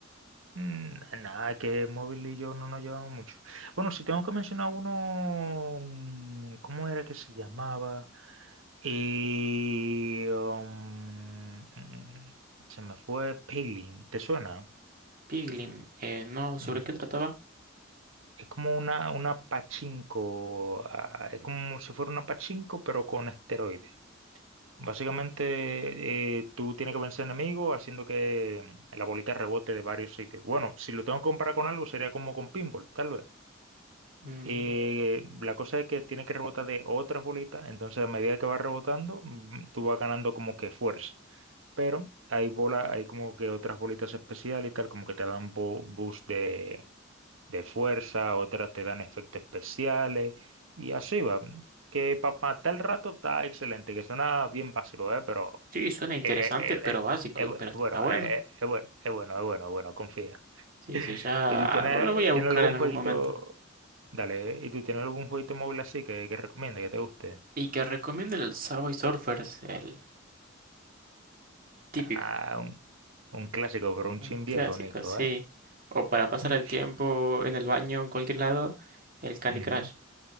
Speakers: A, on the right; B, on the right.
A: Mm, nada, que móvil y yo no nos llevamos mucho. Bueno, si tengo que mencionar uno, mm, ¿cómo era que se llamaba? Y um, mm, se me fue Paylin, ¿te suena?
B: Piglin, eh, no, ¿sobre
A: Ujú.
B: qué trataba?
A: Es como una, una pachinko, ah, es como si fuera una pachinko, pero con esteroides. Básicamente, eh, tú tienes que vencer enemigos haciendo que la bolita rebote de varios sitios. Bueno, si lo tengo que comparar con algo, sería como con pinball, tal vez.
B: Mm,
A: Eh, la cosa es que tiene que rebotar de otras bolitas, entonces a medida que va rebotando, mm, tú vas ganando como que fuerza. Pero hay bolas, hay como que otras bolitas especiales y tal, como que te dan bo- boost de, de fuerza, otras te dan efectos especiales y así va. Que para matar el rato está excelente, que suena bien básico, ¿eh? Pero
B: sí, suena interesante,
A: eh, eh,
B: pero
A: eh,
B: básico,
A: eh, bu-
B: pero está
A: bueno,
B: bueno.
A: eh, es bueno, es bueno, es bueno, es bueno, confía.
B: Sí, sí, ya
A: ¿Y tú tienes,
B: lo voy a
A: tienes
B: buscar
A: algún
B: en algún
A: jueguito?
B: momento.
A: Dale, ¿y tú tienes algún jueguito móvil así que, que recomiendas, que te guste?
B: Y que recomiendo el Subway Surfers, el típico,
A: Ah, un, un clásico, pero un
B: un
A: chin
B: clásico,
A: viejo, Nico,
B: sí.
A: ¿eh?
B: O para pasar
A: Mm.
B: el tiempo en el baño, en cualquier lado, el Candy
A: Ujú.
B: Crush.